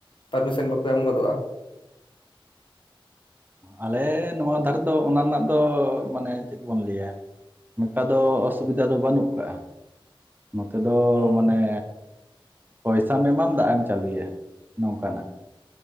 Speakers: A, on the left; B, on the right.
A: ᱯᱟᱨᱢᱤᱥᱚᱱ ᱵᱟᱠᱚ ᱮᱢ ᱜᱚᱫᱚᱜᱼᱟ
B: ᱟᱞᱮ ᱱᱚᱣᱟ ᱫᱷᱟᱨᱮ ᱫᱚ ᱚᱱᱟ ᱨᱮᱱᱟᱜ ᱫᱚ ᱢᱟᱱᱮ ᱪᱮᱫ ᱵᱚᱱ ᱞᱟᱹᱭᱟ ᱚᱱᱠᱟ ᱫᱚ ᱚᱥᱩᱵᱤᱫᱟ ᱫᱚ ᱵᱟᱹᱱᱩᱜ ᱠᱟᱜᱼᱟ ᱱᱚᱛᱮ ᱫᱚ
A: ᱚᱸ
B: ᱢᱟᱱᱮ ᱯᱚᱭᱥᱟᱢ ᱮᱟᱢ ᱫᱟᱜ ᱮᱢ ᱪᱟᱹᱞᱩᱭᱟ ᱱᱚᱝᱠᱟᱱᱟᱜ